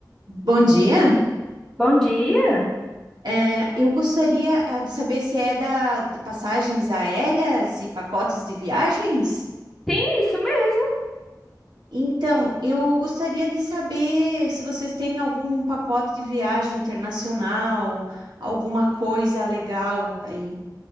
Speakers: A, on the right (about 80°); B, in the centre.
A: Bom dia.
B: Bom dia.
A: É, eu gostaria eh, de saber se é da, de passagens aéreas e pacotes de viagens.
B: Tem isso mesmo.
A: Então, eu gostaria de saber se vocês têm algum pacote de viagem internacional, alguma coisa legal aí.